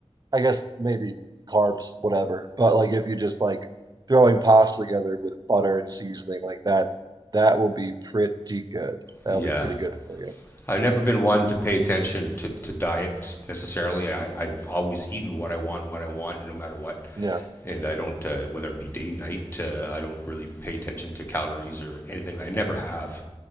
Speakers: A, on the right; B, on the left.
A: I guess maybe carbs, whatever. But like if you just like throwing pasta together with butter and seasoning like that, that will be pretty good. That'll
B: Yeah,
A: be pretty good for you.
B: I've never been one to pay attention to to diets necessarily. I, I've always eaten what I want, when I want, no matter what.
A: Yeah.
B: And I don't, uh, whether it be day, night, uh, I don't really pay attention to calories or anything. I never have.